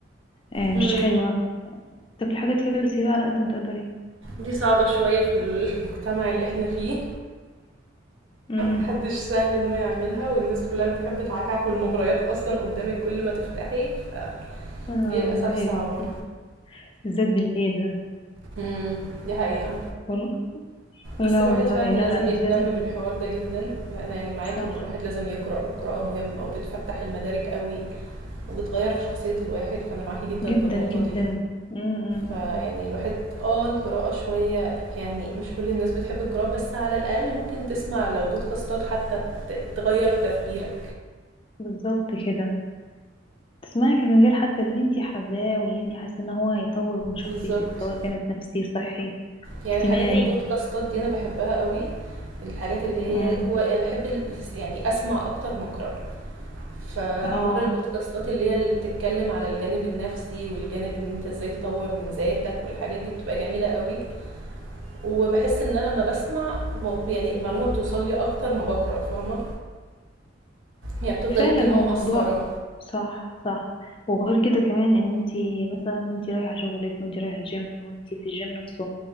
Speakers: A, on the left (about 25°); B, on the right (about 80°).
A: آه،
B: مم.
A: مش حلوة تاكلي حاجات هيلثي بقى على قد ما تقدري
B: دي صعبة شوية في المجتمع اللي احنا فيه
A: امم
B: محدش سهل ان هو يعملها والناس كلها بتحب تعكعك والمغريات اصلا قدامك كل ما تفتحي فدي
A: اه
B: للاسف
A: والله يا
B: صعبة
A: بنتي بالذات بالليل ده
B: مم. دي حقيقة
A: وال... لا
B: بس الواحد
A: والله
B: فعلا
A: لا
B: لازم
A: لا انتي
B: يهتم
A: لازم
B: بالحوار ده جدا انا يعني معاكي
A: صح
B: ان الواحد لازم يقرأ والقراءة مهمة وبتفتح المدارك قوي وبتغير في شخصية الواحد فأنا معاكي جدا
A: جدا
B: في النقطة
A: جدا
B: دي
A: امم
B: فيعني الواحد اه القراءة شوية يعني مش كل الناس بتحب القراءة بس على الأقل ممكن تسمع لو بودكاستات حتى ت- تغير تفكيرك
A: بالظبط كده تسمعي في المجال حتى اللي انتي حباه واللي انتي حاسه ان هو هيطور من شخصيتك
B: بالظبط
A: سواء جانب نفسي صحي
B: يعني
A: اجتماعي
B: حاجات البودكاستات دي أنا بحبها قوي الحاجات اللي هي
A: امم
B: هو أنا بحب ال- يعني أسمع أكتر ما أقرأ فحوار
A: اه
B: البودكاستات اللي هي اللي بتتكلم على الجانب النفسي والجانب ان انت ازاي تطور من ذاتك والحاجات دي بتبقى جميلة قوي وباحس إن أنا لمّا باسمع المو يعني المعلومة بتوصل لي أكتر ما باقرأ فاهمة، يعني بتفضل
A: فعلا
B: الكلمة
A: هو
B: مأثّرة.
A: موضوع صح صح وغير كده كمان ان انتي مثلا وانتي رايحه شغلك وانتي رايحه الجيم وانتي في الجيم نفسه